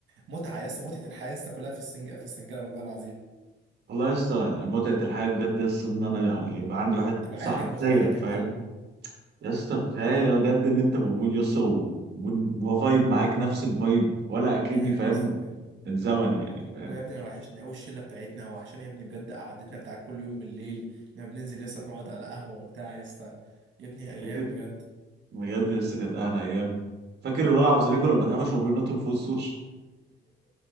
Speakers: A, on the right; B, on the right.
A: متعه لسه متعه الحياه لسه كلها في السنج في السنجله والله العظيم
B: والله يا اسطى يعني متعه الحياه بجد يا اسطى ان انا يعني يبقى عندي واحد
A: تبقى
B: صاحب
A: عايش جنب اخواتك
B: زيك فاهم
A: يا معلم
B: يا اسطى كفايه بجد ان انت موجود يا اسطى و- ون- وفايب معاك نفس الفايب ولا اكني
A: يا
B: فاهم
A: لسه بجد
B: الزمن يعني
A: حتى ربنا
B: فاهم
A: يا ابني انا وحشني قوي الشله بتاعتنا وحشاني يا ابني بجد قعدتنا بتاع كل يوم بالليل لما بننزل لسه بنقعد على قهوه وبتاع لسه يا ابني ايام
B: فاكر
A: بجد
B: بجد يا اسطى كانت احلى ايام فاكر الولع عبد الزليكو لما اتقفش وهو بينط من فوق السور